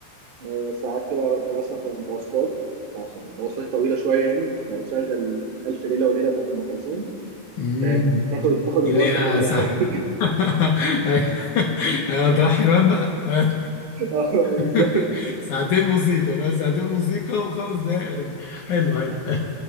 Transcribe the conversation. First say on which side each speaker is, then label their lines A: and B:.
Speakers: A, on the right (about 85°); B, on the left (about 70°).
A: آه، ساعات كده ببقى مثلا في المواصلات عشان مواصلاتي طويلة شوية يعني فبشغل ألف ليلة وليلة بتاعت أم كلثوم
B: امم
A: فهي بتاخد بتاخد المواصلة
B: اللي هي
A: كلها
B: ساعة
A: يعني
B: <laughs> ايوه تروح حلوان بقى <laughs>
A: <laughs> آه، بالظبط
B: <laughs> ساعتين موسيقى بقى ساعتين موسيقى وخمس دقايق اغنيه حلو حلو حلو